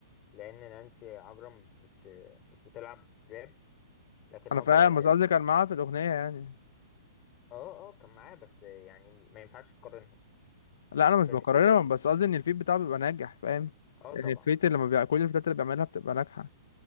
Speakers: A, on the left; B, on the left.
A: لان نانسي عجرم بت مش بتلعب راب لكن
B: أنا
A: هو
B: فاهم
A: بيلعب
B: بس
A: راب
B: قصدي كان معاه في الأغنية يعني
A: اه اه كان معاه بس يعني ما ينفعش تقارنهم
B: لا أنا مش
A: بس
B: بقارنهم بس قصدي إن الفيت بتاعه بيبقى ناجح فاهم
A: اه
B: يعني
A: طبعا
B: الفيت
A: طبعا
B: اللي لما بيع... كل الفتات اللي بيعملها بتبقى ناجحة